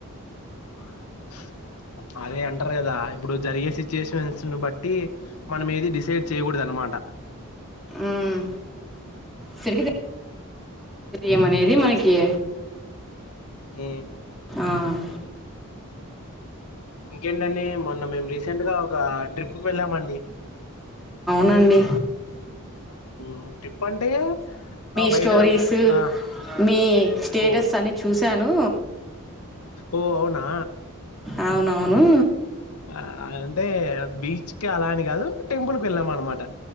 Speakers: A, on the left; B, in the centre.
A: వాణి మిస్స అదే అంటారు కదా ఇప్పుడు జరిగే సిచ్యుయేషన్స్ ను బట్టి మనం ఏది డిసైడ్ చేయ్యకూడదు. నుమాట
B: ఉమ్ తిరిగి ఏమనేది మనకి
A: ఉ
B: ఆ
A: ఇంకేంటండి మొన్న మేము రీసెంట్ గా ఒక ట్రిప్కి వెళ్ళామండి.
B: అండి
A: మ్ ట్రిప్ అంటే ఆ బయట
B: స్టోరీస్
A: ఆ
B: మీ స్టేటస్
A: ఓ
B: అన్ని చూశాను
A: ఓ అవునా
B: అవునవును
A: ఆ అంటే బీచ్కే అలా అని కాదు టెంపుల్ కి వెళ్ళాం అన్నమాట